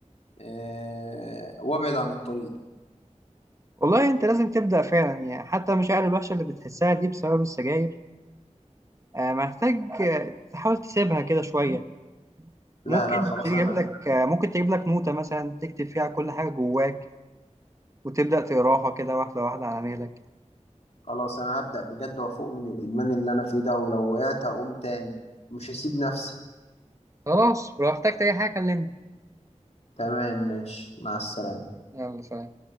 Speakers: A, on the left (about 60°); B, on the right (about 25°).
A: أه وابعد عن الطريق ده
B: والله انت لازم تبدأ فعلا يعني حتى المشاعر الوحشة اللي بتحسها دي بسبب السجاير آه، محتاج آه، تحاول تسيبها كده شوية
A: لا
B: ممكن
A: لا خلاص
B: تجيب
A: انا
B: لك آه، ممكن تجيب لك نوتة مثلا تكتب فيها كل حاجة جواك وتبدأ تقراها كده واحدة واحدة على مهلك
A: خلاص انا هبدأ بجد وافوق من الادمان اللي انا فيه ده ولو وقعت هقوم تاني مش هسيب نفسي
B: خلاص ولو احتجت أي حاجة كلمني
A: تمام ماشي مع السلامة
B: يلا سلام